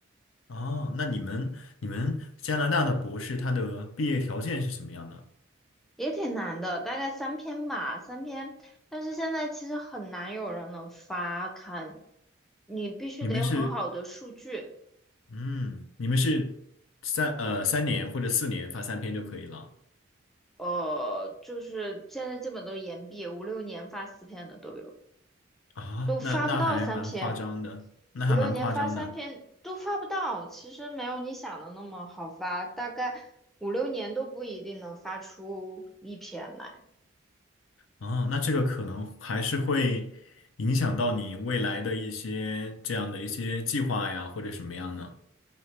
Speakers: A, on the left (about 75°); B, in the centre.
A: 哦，那你们你们加拿大的博士他的毕业条件是什么样的？
B: 也挺难的，大概三篇吧，三篇。但是现在其实很难有人能发刊，你必须得有很好的数据，
A: 你们是嗯，你们是三呃三年或者四年发三篇就可以了。
B: 呃，就是现在基本都是延毕，五六年发四篇的都有。
A: 啊，
B: 都发不到三篇，
A: 那那还蛮夸张的，那还蛮夸张的。
B: 五六年发三篇都发不到。其实没有你想的那么好发，大概五六年都不一定能发出一篇来。
A: 哦，那这个可能还是会影响到你未来的一些这样的一些计划呀，或者什么样呢？